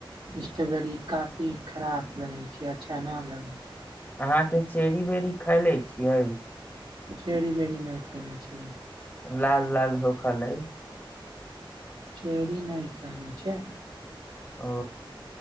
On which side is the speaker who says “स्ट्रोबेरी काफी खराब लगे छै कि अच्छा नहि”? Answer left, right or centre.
Right